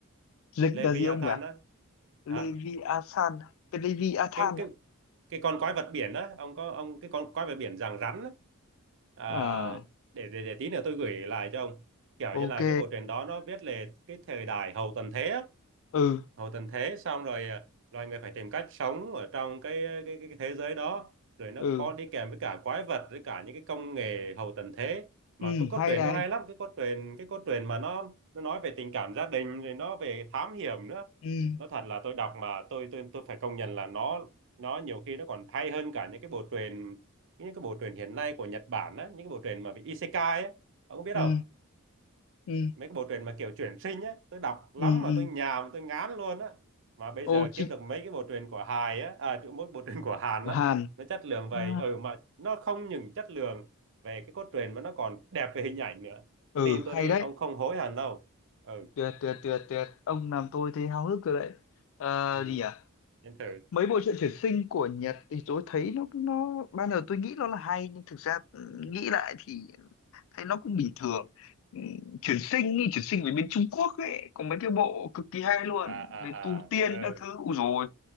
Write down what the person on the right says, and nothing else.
Leviathan
á
hả
cái cái
cái con quái vật biển á ông có ông cái con quái vật biển dạng rắn á à,
để, để để tí nữa tôi gửi lại cho ông kiểu
như là cái bộ truyện đó nó viết về cái thời đại hậu tận thế á
hậu tận thế xong rồi à, loài người phải tìm cách sống ở trong cái cái cái, cái thế giới đó rồi nó
có đi kèm với cả quái vật với cả những cái công nghệ hậu tận thế mà
cái cốt
truyện
nó hay lắm cái cốt truyện cái cốt truyện mà nó nó nói về tình cảm gia đình rồi nó về thám hiểm nữa
nó thật là tôi đọc mà tôi tôi tôi phải công nhận là nó nó nhiều khi nó còn hay hơn cả những cái bộ truyện những cái bộ truyện hiện nay của Nhật Bản á những cái bộ truyện mà về Isekai á ông có biết
không
mấy cái bộ truyện mà kiểu chuyển sinh á tôi đọc lắm
mà
tôi nhàm tôi ngán luôn á mà bây
giờ
kiếm được mấy cái bộ truyện của Hài á à chứ mỗi bộ truyện của Hàn
á
nó chất lượng vậy
ừ mà nó không những chất lượng về cái cốt truyện mà nó còn đẹp về hình ảnh nữa
tin tôi
đi
ông không hối hận đâu ừ
ừ
đến thử
Ừ.
à à
à
ừ